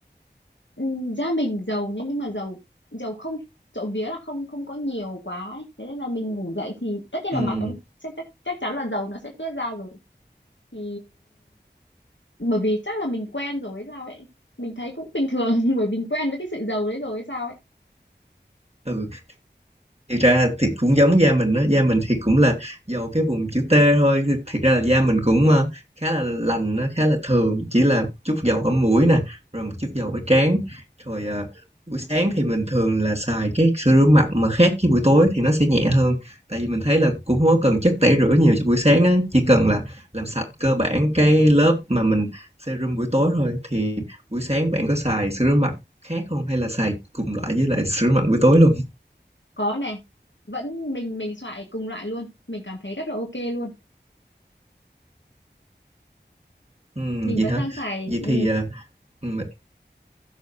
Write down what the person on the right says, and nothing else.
ừ
ừ Thiệt ra thì cũng giống da mình đó da mình thì cũng là dầu cái vùng chữ T thôi, thì thiệt ra là da mình cũng, ơ, khá là lành nó khá là thường, chỉ là chút dầu ở mũi nè, rồi một chút dầu ở trán. Rồi, ờ, buổi sáng thì mình thường là xài cái sữa rửa mặt mà khác với buổi tối thì nó sẽ nhẹ hơn, tại vì mình thấy là cũng không có cần chất tẩy rửa nhiều cho buổi sáng á, chỉ cần là làm sạch cơ bản cái lớp mà mình serum buổi tối thôi. Thì buổi sáng bạn có xài sữa rửa mặt khác không hay là xài cùng loại với lại sữa rửa mặt buổi tối luôn?
Ừm,
vậy
hả?
Vậy
thì, à, mình